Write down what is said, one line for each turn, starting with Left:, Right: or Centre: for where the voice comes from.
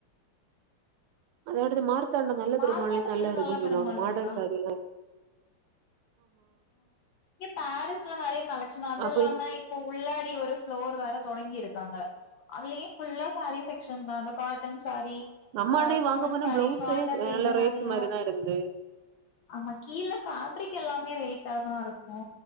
Right: அதோடது மார் த்தாண்டோ நல்ல
Left: மார்த்தாண்டத்துல
Right: பெருமாள்ளயூ நல்லாருக்கூன்னு
Left: நல்ல
Right: சொல்லுவாங்க
Left: பெருமாள்
Right: மாடல்
Left: இருக்கா
Right: சாரிலா
Left: இங்க பாரிஸ்ல நறைய கலெக்க்ஷன் அதூல்லாம
Right: அப்ப
Left: இப்ப உள்ளாட் டி ஒரு ஃப்ளோர் வேற தொடங்கிருக்காங்க அதுலயூ ஃபுல்லா சாரி செக்க்ஷன் தா அந்தக் காட்டன் சாரி
Right: நம்ம
Left: ஆ
Right: அன்னைக்கு
Left: பூனம்
Right: வாங்க போன
Left: சாரி
Right: பிளவுஸே
Left: காட்டன்லயுமே
Right: நல்ல ரேட்
Left: நறையா
Right: மாரிதான் இருந்தது.
Left: ஆமா கீழ ஃபேப்ரிக் எல்லாமே ரேட்டா தா‌ இருக்கூ